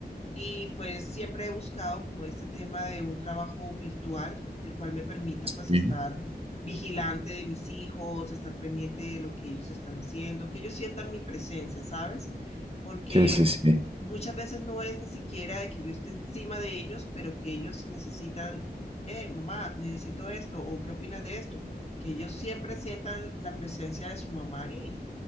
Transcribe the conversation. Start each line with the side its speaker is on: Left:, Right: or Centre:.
Left: y pues siempre he buscado como este tema de un trabajo virtual, el cual me permita pues
Right: Sí,
Left: estar vigilante de mis hijos, estar pendiente de lo que ellos están haciendo, que ellos sientan mi presencia, ¿sabes? Porque
Right: sí, sí. sí.
Left: muchas veces no es ni siquiera de que yo esté encima de ellos, pero que ellos sí necesitan, eh, mamá, necesito esto, o qué opinas de esto, que ellos siempre sientan la presencia de su mamá ahí